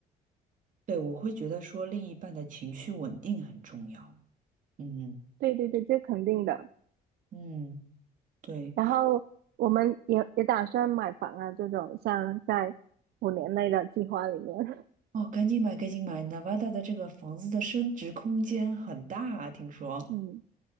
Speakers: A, on the right; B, on the right.
A: 对，我会觉得说另一半的情绪稳定很重要。嗯
B: <laughs> 对对对，这肯定的。
A: 嗯，对，
B: 然后我们也也打算买房啊，这种像在五年内的计划里面。
A: 哦，赶紧买，赶紧买，Nevada 的这个房子的升值空间很大啊听说。
B: <laughs> 嗯，